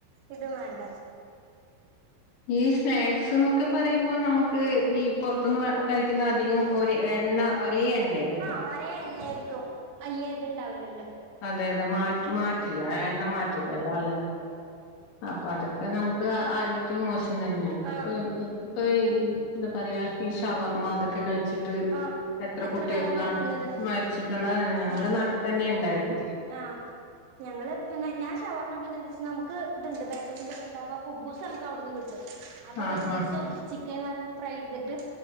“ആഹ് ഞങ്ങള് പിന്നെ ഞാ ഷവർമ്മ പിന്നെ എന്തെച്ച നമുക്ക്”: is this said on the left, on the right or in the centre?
Right